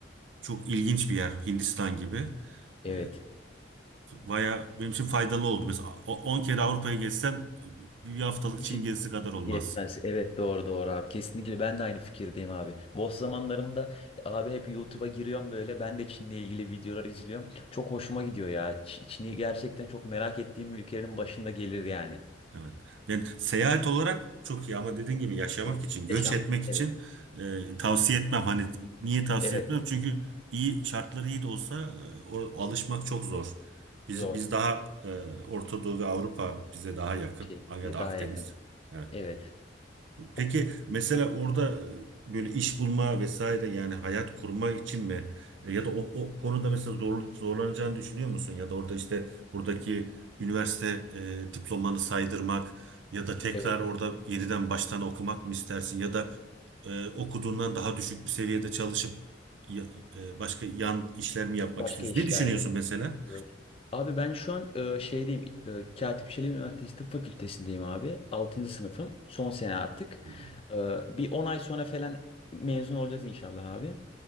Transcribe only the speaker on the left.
Evet.
Çin
yetmez. Evet doğru doğru abi. Kesinlikle ben de aynı fikirdeyim abi. Boş zamanlarımda e, abi hep YouTube'a giriyorum böyle. Ben de Çin'le ilgili videolar izliyorum. Çok hoşuma gidiyor ya. Ç- Çin'i gerçekten çok merak ettiğim ülkelerin başında gelir yani.
Evet.
Yaşam.
Evet.
Evet.
Zor.
Şey.
Daha
yakın.
Evet.
O-
Evet.
Başka
işlerde.
Evet. Abi ben şu an e, şeydeyim. E, Katip Çelebi Üniversitesi Tıp Fakültesindeyim abi. 6. sınıfım. Son sene artık.
E, bir 10 ay sonra falan mezun olacağız inşallah abi.